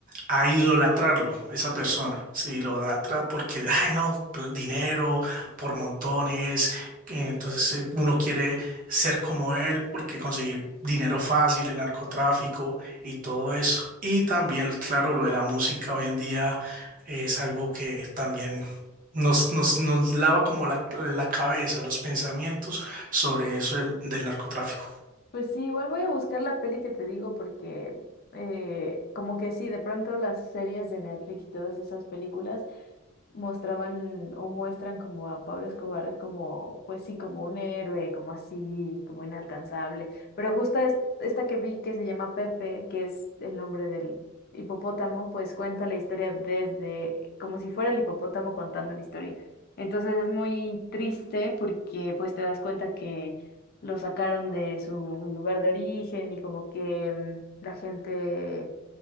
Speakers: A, on the right (about 40°); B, on the left (about 50°).
A: a idolatrarlo, esa persona. Se idolatra porque, ay, no, pl- dinero por montones. que Entonces eh, uno quiere ser como él porque conseguir dinero fácil, el narcotráfico y todo eso. Y también, claro, lo de la música hoy en día es algo que también nos, nos, nos lava como la, la cabeza, los pensamientos sobre eso del del narcotráfico.
B: Pues sí, igual voy a buscar la peli que te digo porque eh, como que sí, de pronto las series de Netflix y todas esas películas mostraban o muestran como a Pablo Escobar como, pues sí, como un héroe, como así, como inalcanzable. Pero justo es- esta que vi que se llama Pepe, que es el nombre del hipopótamo, pues cuenta la historia desde, como si fuera el hipopótamo contando la historia. Entonces es muy triste porque pues te das cuenta que lo sacaron de su lugar de origen y como que mm, la gente